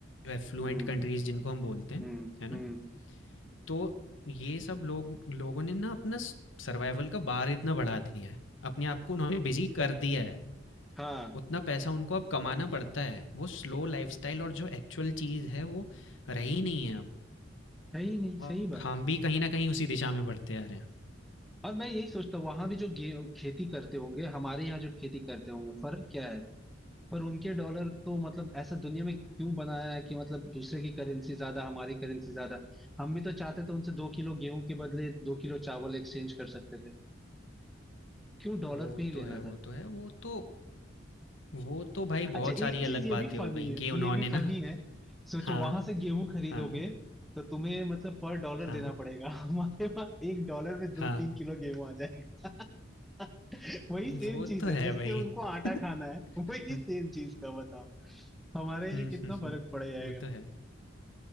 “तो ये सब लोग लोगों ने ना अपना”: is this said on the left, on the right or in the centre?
Left